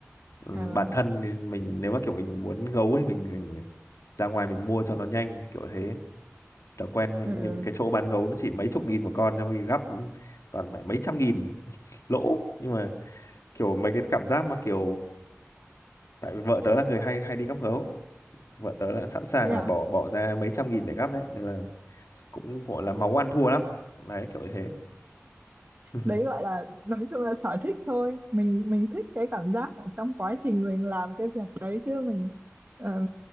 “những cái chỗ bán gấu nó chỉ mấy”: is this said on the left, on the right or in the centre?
Left